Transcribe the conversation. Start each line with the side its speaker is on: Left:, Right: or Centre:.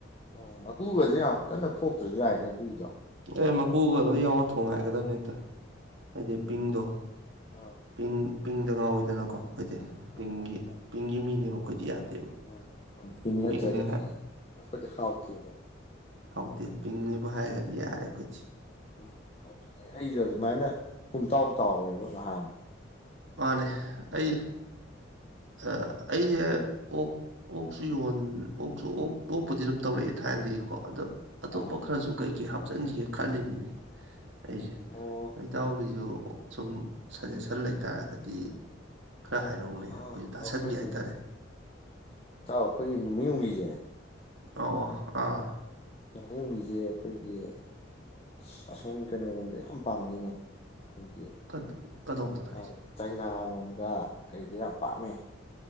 Left: ꯎꯝ ꯃꯀꯨꯒꯁꯦ ꯌꯥꯝ ꯀꯟꯅ ꯈꯣꯛꯇ꯭ꯔꯁꯨ ꯌꯥꯏꯅꯦ ꯑꯗꯨꯒꯤ
Right: ꯑꯦ ꯃꯀꯨꯒ ꯂꯣꯏ ꯌꯥꯎꯔ ꯊꯣꯡ ꯒꯥꯏꯒꯗꯕꯅꯤ ꯍꯦꯛꯇ ꯍꯥꯏꯗꯤ ꯄꯤꯡꯗꯣ
Left: ꯑ
Right: ꯄꯤꯡ ꯄꯤꯡꯗ ꯉꯥꯎꯋꯤꯗꯅꯀꯣ ꯑꯩꯈꯣꯏꯗꯤ ꯄꯤꯡꯒꯤ
Left: ꯃꯥꯅꯦ
Right: ꯄꯤꯡꯒꯤ ꯃꯤꯅꯦꯕ ꯑꯩꯈꯣꯏꯗꯤ ꯌꯥꯗꯦ
Left: ꯃꯥꯅꯦ ꯄꯤꯡ ꯅꯠꯇ꯭ꯔꯒꯗꯤ
Right: ꯄꯤꯡꯅꯦ ꯍꯥꯏ
Left: ꯑꯩꯈꯣꯏꯗꯤ ꯍꯥꯎꯇꯦꯕ
Right: ꯍꯧꯇꯦ ꯄꯤꯡꯅꯦ ꯕꯨ ꯍꯥꯏꯔꯗꯤ ꯌꯥꯔꯦ ꯈꯣꯏꯗꯤ
Left: ꯎꯝ ꯑꯗꯨꯅꯤ ꯑꯩꯁꯨ ꯑꯗꯨꯃꯥꯏꯅ ꯄꯨꯡꯇꯥꯎ ꯇꯥꯎꯋꯦꯕ ꯉꯍꯥꯟ
Right: ꯃꯥꯅꯦ ꯑꯩ ꯑꯥ ꯑꯩꯁꯦ ꯑꯣꯛ ꯑꯣꯛꯁꯨ ꯌꯣꯟ ꯑꯣꯛꯁꯨ ꯑꯣꯛ ꯑꯣꯛꯄꯨꯗꯤ ꯑꯗꯨꯝ ꯇꯧꯔꯛꯑꯦ ꯊꯥꯏꯅꯗꯒꯤꯀꯣ ꯑꯗꯣ ꯑꯇꯣꯞꯄ
Left: ꯑꯥ
Right: ꯈꯔꯁꯨ ꯀꯩ ꯀꯩ ꯍꯥꯞꯆꯤꯟꯖꯦ ꯈꯜꯂꯤꯅꯤꯅꯦ ꯑꯩꯁꯦ
Left: ꯑꯣ
Right: ꯏꯇꯥꯎꯒꯤꯁꯨ ꯁꯨꯝ ꯁꯖꯦꯁꯟ ꯂꯩꯇꯔꯒꯗꯤ ꯈꯔ ꯍꯥꯏꯔꯛꯎꯅꯦ
Left: ꯑꯥ
Right: ꯑꯩꯈꯣꯏꯁꯨ ꯇꯥꯁꯟꯒꯦ
Left: ꯑꯩꯈꯣꯏꯒꯤ
Right: ꯍꯥꯏꯇꯥꯔꯦ
Left: ꯏꯇꯥꯎ ꯑꯩꯈꯣꯏꯒꯤ ꯅꯨꯃꯤ ꯌꯨꯡꯕꯤꯁꯦ
Right: ꯑꯣ ꯑꯣ ꯑꯥ
Left: ꯅꯨꯃꯤꯠ ꯌꯨꯡꯕꯤꯁꯦ ꯑꯩꯈꯣꯏꯒꯤ ꯑꯁ ꯑꯁꯣꯝ ꯀꯩꯅꯣꯔꯣꯝꯗ ꯌꯥꯝ ꯄꯥꯝꯅꯩꯅꯦ ꯑꯩꯈꯣꯏꯒꯤ
Right: ꯀ- ꯀꯗꯣꯝꯗꯅꯣ
Left: ꯑꯥ
Right: ꯍꯥꯏꯁꯦ
Left: ꯆꯩꯅꯥꯔꯣꯝ ꯗ ꯀꯩꯗꯥ ꯌꯥꯝ ꯄꯥꯝꯃꯦ